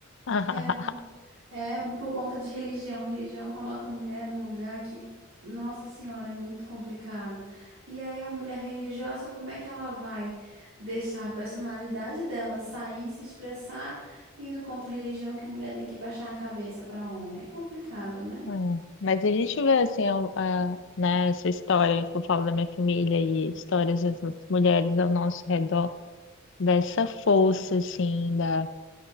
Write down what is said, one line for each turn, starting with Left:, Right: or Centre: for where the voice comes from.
Left: <laughs>
Right: É. É por conta de religião. Religião coloca a mulher num lugar que, nossa senhora, é muito complicado. E aí, a mulher religiosa, como é que ela vai deixar a personalidade dela sair, se expressar, indo contra a religião que mulher tem que baixar a cabeça para homem? É complicado, né?
Left: Hum, Mas a gente vê assim, a, a- né, essa história que eu falo da minha família e histórias das mulheres ao nosso redor, dessa força, assim, da.